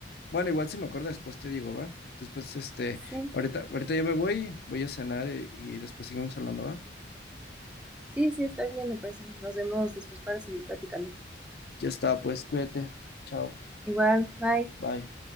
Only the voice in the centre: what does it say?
sí.
Sí, sí, está bien, me parece. Nos vemos después para seguir platicando.
Igual, bye.